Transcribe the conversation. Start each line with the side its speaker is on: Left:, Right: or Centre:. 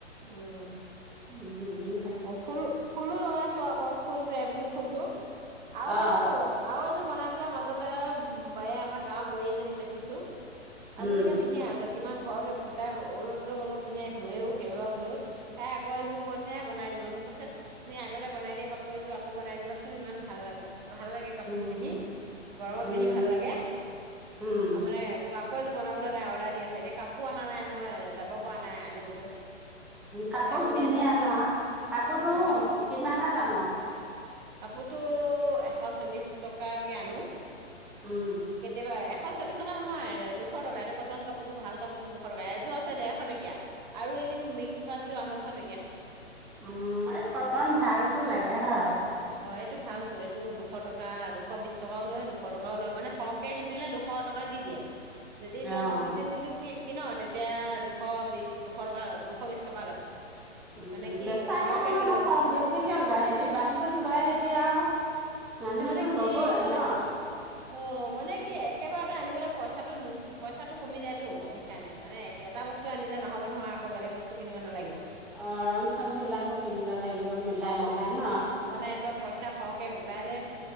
Right: উম,
Centre: উম, উম, উম।
Right: ফুলো, ফুলো লগাইছো আকৌ ফুলটো, এইবিলিক ফুলটো আৰু
Centre: অ
Right: এইযোৰ আৰু এযোৰ বনাই পেলাই মাজতে, এ আমাৰ গাঁৱৰ বোৱাৰী এজনীক বেচিছো। আজিলৈকে
Centre: উম
Right: পিন্ধি আ কিমান ঘৰতে, তাই ওল তল গ'লেও পিন্ধে ধুুৱেও কেইবাৰও ধুৱেও, তাই আকৌ আজি মোক কৈ চে বনাই দিবলে, মোক কৈছে তুমি আগতে বনাই দিয়া কাপোৰ এযোৰ আক বনাই দিবাচোন ইমান ভাল লাগে ভাল লাগে। কাপোৰযোৰ
Centre: উম
Right: পিন্ধি, গৰমত
Centre: উম
Right: পিন্ধি ভাল লাগে,
Centre: উম
Right: আৰু মানে মোক আক কৌ এযোৰ বনাবলৈ তাই অৰ্ডাৰ দি আছে, এতিয়া কাপোৰ আনা নাই মই যাব পৰা নাই আনিবলৈ। পইচা
Centre: কাপোৰ
Right: কমি
Centre: কিনি
Right: আছে
Centre: আনা, কাপোৰটো
Right: অ
Centre: কিমানত আন?
Right: কাপোৰতটো, এশ চল্লিশ টকাকে আনো।
Centre: উম।
Right: কেতিয়াবা এশ চল্লিশ টকা নহয়, দুশ টকা এইটো কটন কাপোৰতো ভাল কাপোৰতো দুশ টকা এযোৰ আছে ডেৰশ টকীয়া। আৰু এনে মিক্স পাত যোৰ, আঢ়ৈশ টকীয়া।
Centre: উম এই কটন ভালতো লাগে হয়।
Right: অ এইটো ভালটো এইটো দুশ টকা, দুশ বিশ টকাও লয় দুশ টকাও লয় মানে শ কে কিনিলে দুশ টকা দি দিয়ে যদি
Centre: অ',
Right: তই দুযো তিনিযু কি কিন তেতিয়া দুশ বিশ, দুশ টকা দুশ বিশ টকা লয়।
Centre: উম
Right: মানে কি
Centre: বেচা
Right: সৰহকে
Centre: হ'লেতো
Right: কিনিব লাগে
Centre: কম বেছিকে লৈ আহিবি বানদল আহিবি আৰু। মানুহেটো
Right: তাৰমানে কি
Centre: লব এ
Right: পই
Centre: ন।
Right: অ মানে কি একেবাৰতে আনিবলৈ পইচাটো নো পইচাটো কমি যায়টো সেইকাৰণে মানে, এটা বস্তু আনিলে নহব নহয় আকৌ বেলেগ বস্তু কিনিব নালাগিব?
Centre: অ ৰং চং বিলাকো কিনিবা লাগিব। মিলাই
Right: অ
Centre: মিলাই ন।
Right: তাৰমানে, এ ত পইচা সৰহকে গোটাই লৈ